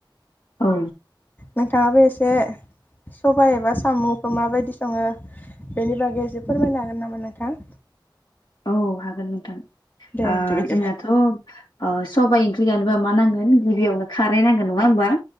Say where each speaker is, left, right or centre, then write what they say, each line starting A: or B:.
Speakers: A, on the left; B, on the left.
A: ओ
B: नोंथाङाबो एसे सबाइ एबा सामुखो माबायदि सङो बेनि बागै एसे फोरमायनो हागोन नामा नोंथां?
A: औ हागोन नोंथां।
B: दे
A: ओ
B: बिदिब्ला
A: जोंनाथ' ओ सबाइ ओंख्रि जानोबा मा नांगोन गिबियावनो खारै नांगोन नङा ओनबा?